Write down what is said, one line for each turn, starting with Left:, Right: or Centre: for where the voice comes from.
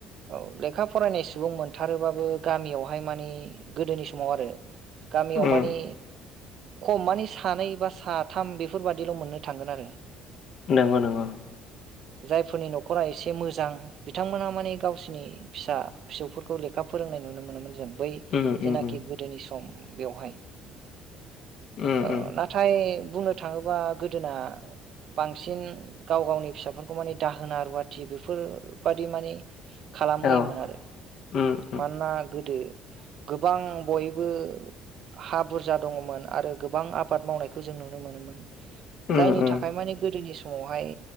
Right: औ लेखा फरायनाय सुबुं मोनथारोबाबो गामियावहाय माने गोदोनि समाव आरो। गामियाव
Left: उम
Right: माने। खम माने सानै बा साथाम बेफोरबादिल मोननो थांगोन आरो
Left: नंगौ नंगौ।
Right: जायफोरनि नखरा एसे मोजां। बिथांमोनहा माने गावसिनि फिसा फिसौफोरखौ लेखा फोरोंनाय नुनो मोनोमोन जों। बै
Left: उम उम
Right: जेनाखि
Left: उम
Right: गोदोनि सम बेवहाय।
Left: उम
Right: ओ-नाथाय
Left: उम
Right: बुंनो थाङोबा गोदोना। बांसिन गाव गावनि फिसाफोरखौ माने दाहोना रुवाथि बेफोर। बादि माने खालामहोयोमोन
Left: औ
Right: आरो
Left: उम उम
Right: मानोना गोदो। गोबां बयबो। हा बुरजा दङमोन आरो गोबां आबाद मावनायखौ जों नुनो मोनोमोन।
Left: उम
Right: जायनि
Left: उम
Right: थाखाय माने गोदोनि समावहाय